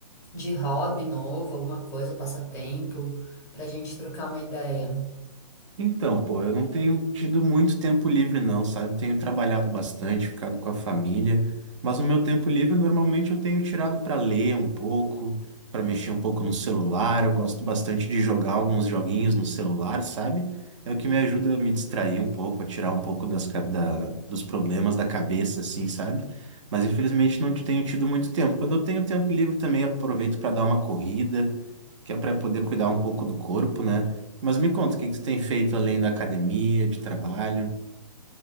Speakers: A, on the left; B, on the right.
A: de hobby novo, alguma coisa, passatempo, pra gente trocar uma ideia.
B: Então, pô, eu não tenho tido muito tempo livre, não, sabe? Tenho trabalhado bastante, ficado com a família, mas no meu tempo livre, normalmente eu tenho tirado para ler um pouco, para mexer um pouco no celular. Eu gosto bastante de jogar alguns joguinhos no celular, sabe? É o que me ajuda a me distrair um pouco, a tirar um pouco das, ca- da- dos problemas da cabeça, assim, sabe? Mas infelizmente não tenho tido muito tempo. Quando eu tenho tempo livre, também aproveito para dar uma corrida, que é para poder cuidar um pouco do corpo, né? Mas me conta, o que que tu tem feito além da academia, de trabalho?